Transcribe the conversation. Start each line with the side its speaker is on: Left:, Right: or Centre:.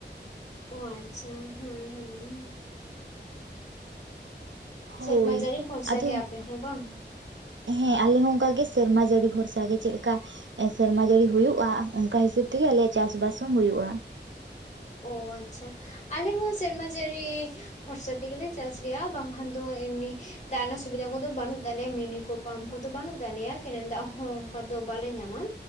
Left: ᱚ ᱟᱪᱪᱷᱟ, ᱦᱮᱸ ᱦᱮᱸ
Right: ᱦᱳᱭ
Left: ᱥᱮᱨᱢᱟ ᱡᱟᱨᱤ ᱵᱷᱚᱨᱥᱟᱜ
Right: ᱟᱫᱚ
Left: ᱜᱮ ᱟᱯᱮ ᱦᱚᱸ ᱵᱟᱝ?
Right: ᱦᱮᱸ ᱟᱞᱮ ᱦᱚᱸ ᱚᱱᱠᱟᱟᱜ ᱜᱮ ᱥᱮᱨᱢᱟ ᱡᱟᱹᱲᱤ ᱵᱷᱚᱨᱥᱟ ᱜᱮ ᱪᱮᱫ ᱞᱮᱠᱟ ᱥᱮᱨᱢᱟ ᱡᱟᱹᱲᱤ ᱦᱩᱭᱩᱜᱼᱟ, ᱚᱝᱠᱟ ᱦᱤᱥᱟᱹᱵ ᱛᱮᱜᱮ ᱟᱞᱮᱭᱟᱜ ᱪᱟᱥ ᱵᱟᱥ ᱦᱚᱸ ᱦᱩᱭᱩᱜᱼᱟ᱾
Left: ᱚ ᱟᱪᱪᱷᱟ ᱟᱞᱮ ᱦᱚᱸ ᱥᱮᱨᱢᱟ ᱡᱟᱹᱲᱤ ᱯᱷᱚᱨᱥᱟ ᱛᱮᱜᱮᱞᱮ ᱪᱟᱥ ᱜᱮᱭᱟ ᱵᱟᱝᱠᱷᱟᱱ ᱫᱚ ᱮᱢᱱᱤ ᱫᱟᱜᱽ ᱨᱮᱱᱟᱜ ᱥᱩᱵᱤᱫᱟ ᱠᱚᱫᱚ ᱵᱟᱹᱱᱩᱜ ᱛᱟᱞᱮᱭᱟ ᱢᱤᱱᱤ ᱠᱚ ᱯᱟᱢ ᱠᱚᱫᱚ ᱵᱟᱹᱱᱩᱜ ᱛᱟᱞᱮᱭᱟ ᱠᱮᱱᱮᱞ ᱫᱟᱜᱽ ᱦᱚᱸ ᱚᱝᱠᱟ ᱫᱚ ᱵᱟᱞᱮ ᱧᱟᱢᱟ᱾